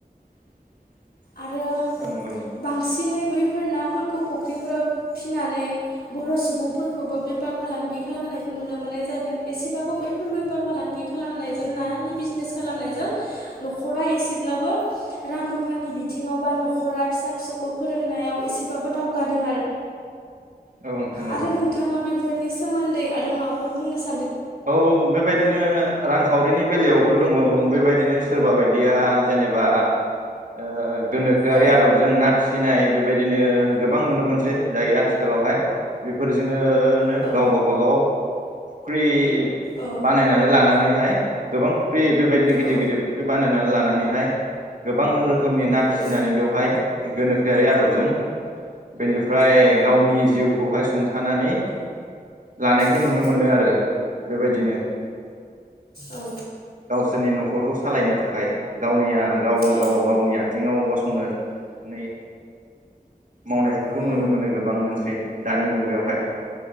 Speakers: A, on the right (about 55°); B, on the left (about 70°).
A: <inaudible>
B: आरो
A: औ
B: बांसिनै बैफोर नाफोर खौ फुख्रिफोराव फिसिनानै बर' सुबुंफोरखौबो बेफार फालांगि खालामनायखौ नुनो मोननाय जादों एसेबाबो बैफोरबो बेफार फालांगि खालामनायजों नानि बिजनेस खालामनायजों न'खरा एसेब्लाबो रां रुफानि बिथिङाव बा न'खरा फिसा फिसौखौ फोरोंनायाव एसे बाबो दावगादों
A: औ नोंथां
B: आरो
A: औ
B: नोंथाङा बेफोरनि सो मोन्दै आरो माबाफोर बुंनो सान
A: औ बेबायदिनो रांखावरिनि बेलायाव दङ बेबायदिनो सोरबा बायदिया जेनेबा ओ गोनोखोआरि
B: औ
A: आदबजों ना फिसिनाय बेबायदिनो गोबां नुनो मोनसै दायो आथिखालावहाय बेफोरजों आङो
B: औ
A: गाव गावबा गाव फुख्रि
B: औ
A: बानायनानै लानानै हाय गोबां फुख्रि बेबायदिनो गिदिर
B: औ
A: गिदिर फुख्रि बानायनानै लानानैहाय गोबां रोखोमनि ना
B: औ
A: फिसिनानै बेवहाय गोनोखोआरि आदबजों बेनिफ्राय
B: औ
A: गावनि जिउखौहाय सुंथानानै लानायखौ
B: औ
A: नुनो मोनो आरो बेबायदिनो
B: औ
A: गावसोरनि न'खरखौ सालायनो थाखाय गावनिया गावनो
B: औ
A: गाव गावनि आथिङाव गसं नो नै मावनायफोरखौ
B: औ
A: नुनो मोनो गोबां मोनसे दानि मुगायावहाय।